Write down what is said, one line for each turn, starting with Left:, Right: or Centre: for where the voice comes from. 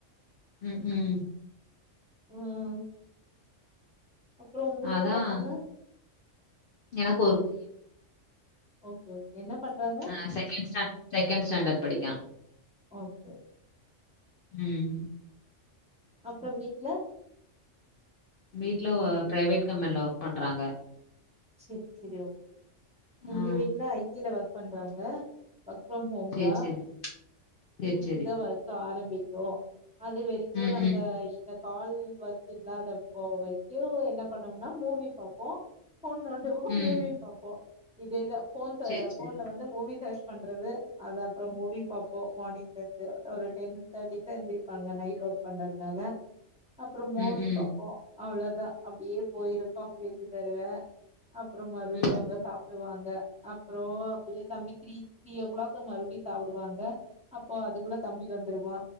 Left: உம் உம்
Centre: உம் அப்பறம் உங்களுக்கு
Left: அதான்
Centre: பசங்க
Left: எனக்கு
Centre: ஓகே என்ன பண்றாங்க
Left: ஆஹ் செகண்ட்ஸா செகண்ட் ஸ்டாண்டர்ட் படிக்கிறான்
Centre: ஓகே
Left: உம்
Centre: அப்பறம் வீட்ல
Left: வீட்ல ஓ பிரைவேட் கம்பெனியல ஒர்க் பண்றாங்க
Centre: சேரி சேரி ஓகே எங்க
Left: ஆ
Centre: வீட்டுல ஐ டில ஒர்க் பண்றாங்க ஒர்க் ஃப்ரம் ஹோம்
Left: சேரி
Centre: தான்
Left: சேரி சேரி
Centre: ஈவினிங்
Left: சேரி
Centre: தான் ஒர்க் ஆரம் பிக்கும் அது வரைக்கும்
Left: ம்
Centre: நாங்க
Left: ம்
Centre: இந்த கால் ஒர்க் இல்லாதப்ப வரைக்கும் என்ன பண்ணோம்னா மூவி பாப்போம் போன் நோண்டுவோம்
Left: ம்
Centre: மூவி பாப்போம் இது போன்ஸ
Left: சேரி சேரி
Centre: போன்ல வந்து மூவி கிரஷ் பண்றது அதா. அப்ரோ மூவி பாப்போ மானிட்டர். ஒரு டென் தேர்ட்டிக்குதா எந்திரிப்பாங்க நைட் ஒர்க் பண்றதுனால. அப்ரோ மூவி
Left: ம் ம்
Centre: பாப்போ. அவ்ளோதா அப்டியே போயிரு காபி வச்சு தருவ. அப்ரோ மறுபடியும்
Left: ம் ம்
Centre: அவங்க சாப்புடுவாங்க. அப்ரோ அப்டியே தம்பி த்ரீ த்ரீ ஓ கிளாக்கு மறுபடியு சாப்பிடுவாங்க அப்போ அதுக்குள்ள தம்பி வந்துருவா.